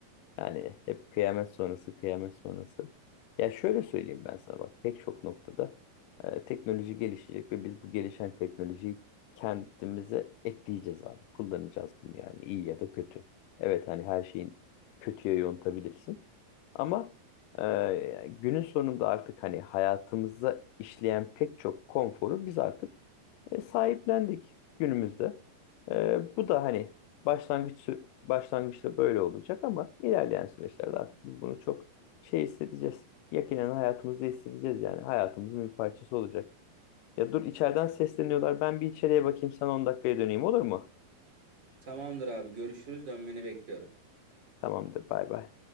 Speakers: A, on the left (about 75°); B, on the right (about 30°).
A: Yani hep kıyamet sonrası, kıyamet sonrası. Ya şöyle söyleyeyim ben sana bak pek çok noktada e, teknoloji gelişecek ve biz bu gelişen teknolojiyi kendimize ekleyeceğiz abi. Kullanacağız bunu yani iyi ya da kötü. Evet hani her şeyin kötüye yontabilirsin. Ama e, günün sonunda artık hani hayatımıza işleyen pek çok konforu biz artık e, sahiplendik günümüzde. E, bu da hani başlangıç sü- başlangıçta böyle olacak ama ilerleyen süreçlerde artık biz bunu çok şey hissedeceğiz. Yakinen hayatımızda hissedeceğiz yani hayatımızın bir parçası olacak. Ya dur içeriden sesleniyorlar. Ben bir içeriye bakayım sana 10 dakikaya döneyim olur mu?
B: Tamamdır abi görüşürüz dönmeni bekliyorum.
A: Tamamdır bay bay.